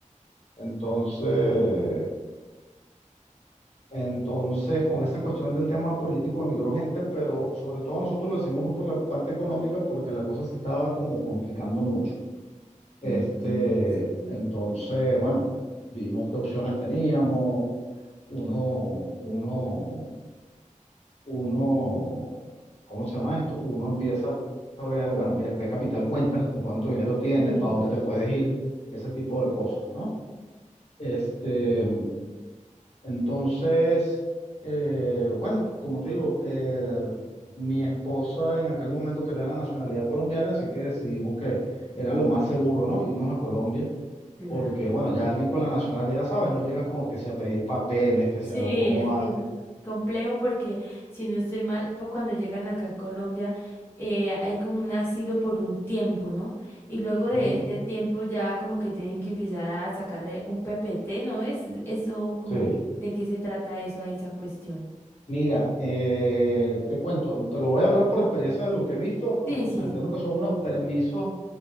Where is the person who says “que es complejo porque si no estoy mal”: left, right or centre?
Left